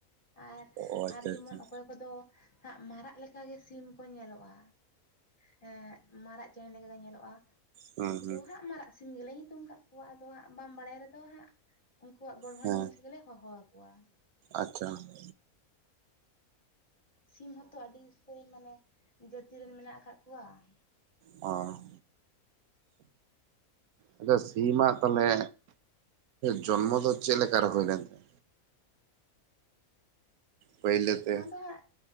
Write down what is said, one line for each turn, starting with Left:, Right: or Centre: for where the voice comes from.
Left: ᱟᱨ
Right: ᱚ ᱟᱪᱪᱷᱟ
Left: ᱟᱨ ᱡᱮᱢᱚᱱ
Right: ᱟᱪᱪᱷᱟ
Left: ᱚᱠᱚᱭ ᱠᱚᱫᱚ ᱦᱟᱸᱜ ᱢᱟᱨᱟᱜ ᱞᱮᱠᱟ ᱜᱮ ᱥᱤᱢ ᱠᱚ ᱧᱮᱞᱚᱜᱼᱟ ᱾ ᱮᱸ ᱢᱟᱨᱟᱜ ᱪᱮᱸᱬᱮ ᱞᱮᱠᱟ ᱠᱚ ᱧᱮᱞᱚᱜᱼᱟ ᱾
Right: ᱦᱩᱸ
Left: ᱩᱱᱠᱩ
Right: ᱦᱩᱸ
Left: ᱫᱚ ᱦᱟᱸᱜ ᱢᱟᱨᱟᱜ ᱥᱤᱢ ᱜᱮᱞᱮ ᱧᱩᱛᱩᱢ ᱠᱟᱜ ᱠᱚᱣᱟ᱾ ᱟᱫᱚ ᱦᱟᱸᱜ ᱵᱟᱢ ᱵᱟᱲᱟᱭ ᱨᱮᱫᱚ ᱦᱟᱸᱜ ᱾ ᱩᱠᱩᱣᱟᱜ ᱜᱚᱲᱦᱚ
Right: ᱦᱮᱸ
Left: ᱧᱮᱞ ᱛᱮᱜᱮᱞᱮ ᱦᱚᱦᱚ ᱟᱠᱚᱣᱟ ᱾
Right: ᱟᱪᱪᱷᱟ ᱾
Left: ᱥᱤᱢ ᱦᱚᱸ ᱛᱚ ᱟᱹᱰᱤ ᱩᱛᱟᱹᱭ ᱢᱟᱱᱮ ᱡᱟᱹᱛᱤ ᱨᱮ ᱢᱮᱱᱟᱜ ᱟᱠᱟᱫ ᱠᱚᱣᱟ ᱾
Right: ᱚ
Left: <inaudible>
Right: ᱟᱪᱪᱷᱟ ᱥᱤᱢᱟᱜ ᱛᱟᱦᱚᱞᱮ ᱡᱚᱱᱢᱚ ᱫᱚ ᱪᱮᱫ ᱞᱮᱠᱟ ᱨᱮ ᱦᱩᱭ ᱞᱮᱱ ᱛᱟᱭᱟ? ᱯᱟᱹᱭᱞᱟᱹ
Left: ᱚᱱᱟ
Right: ᱛᱮ
Left: ᱫᱚ ᱦᱟᱸᱜ